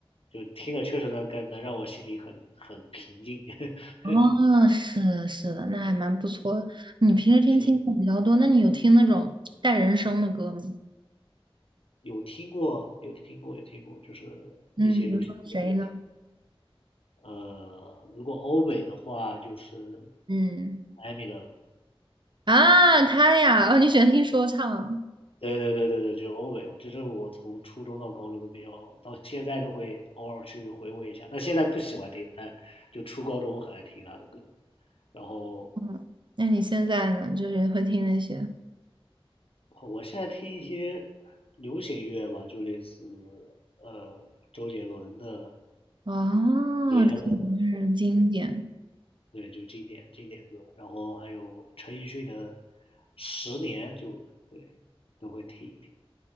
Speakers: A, on the left; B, on the right.
A: 就听的确实能感能让我心里很很平静。<laughs>
B: 哦，是的，是的，那还蛮不错的。你平时听轻松比较多，
A: 是
B: 那你有听那种带人声的歌吗？
A: 有听过，有听过，有听过，就是一些流行音乐也听。
B: 嗯，比如说谁呢？
A: 呃，如果欧美的话，就是
B: 嗯，
A: Eminem。
B: 啊，他呀，哦，你喜欢听说唱啊？
A: 对对对对对，就欧美，我这是我从初中到高中都比较，到现在都会偶尔去回味一下。但现在不喜欢听了，但就初高中我很爱听他的歌。然后
B: 嗯，那你现在呢？就是会听那些
A: 我现在听一些流行乐吧，就类似呃周杰伦的、
B: 哦，
A: 别的，
B: 这可能是经典。
A: 对，就经典经典歌，然后还有陈奕迅的《十年》就，对，都会听一听。